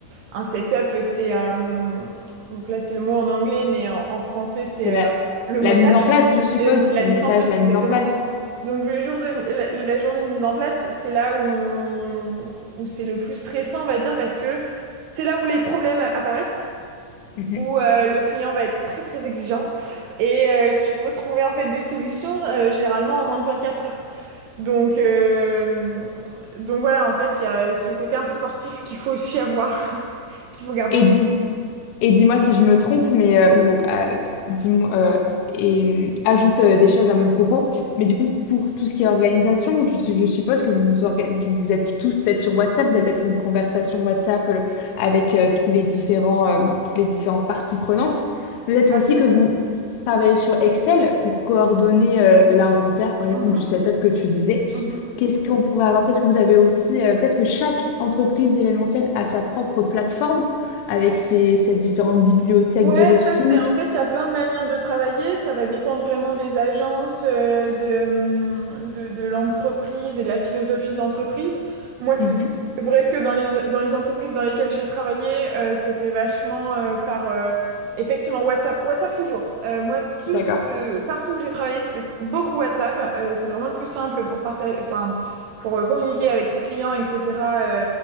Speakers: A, on the right; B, on the left.
A: Un setup, c'est, euh, donc là, c'est le mot en anglais, mais en, en français, c'est
B: C'est la,
A: euh, le montage,
B: la mise en place, je suppose,
A: et la
B: le
A: mise
B: montage,
A: en place
B: la
A: exactement.
B: mise en place.
A: Donc le jour de la, la journée de mise en place, c'est là où on- où c'est le plus stressant, on va dire, parce que c'est là où les problèmes apparaissent,
B: Mhm.
A: où euh, le client va être très très exigeant et euh, qu'il faut trouver en fait des solutions euh, généralement en moins de 24 heures. Donc euh, donc voilà, en fait, il y a ce côté un peu sportif qu'il faut aussi avoir, <laughs> qu'il faut garder
B: Et
A: en
B: dis,
A: tête.
B: Et dis-moi si je me trompe, mais euh, ou euh, dis-moi euh, et euh, ajoute euh, des choses à mon propos. Mais du coup, pour tout ce qui est organisation, je, je suppose que vous vous, orga- vous êtes tous peut-être sur WhatsApp, vous avez peut-être une conversation WhatsApp euh, avec euh, tous les différents euh, toutes les différentes parties prenantes. Peut-être
A: Absolument.
B: aussi que vous travaillez sur Excel pour coordonner euh, l'inventaire, par exemple,
A: Mhm,
B: du setup que tu disais.
A: mhm.
B: Qu'est-ce qu'on pourrait avoir? Peut-être que vous avez aussi, euh, peut-être que chaque entreprise événementielle a sa propre plateforme avec ces, ces différentes bibliothèques
A: Ouais,
B: de ressources,
A: ça c'est en fait il y a plein de manières de travailler, ça va dépendre vraiment des agences, euh, de, hum, de, de l'entreprise et de la philosophie de l'entreprise. Moi c'est
B: Mhm,
A: vrai que dans les, dans les entreprises dans lesquelles j'ai travaillé, euh, c'était vachement euh, par euh, effectivement WhatsApp. WhatsApp toujours. Euh, moi tous
B: d'accord,
A: euh, partout où j'ai travaillé, c'était beaucoup WhatsApp. Euh, c'est vraiment le plus simple pour partager, enfin pour euh, communiquer avec tes clients, etc.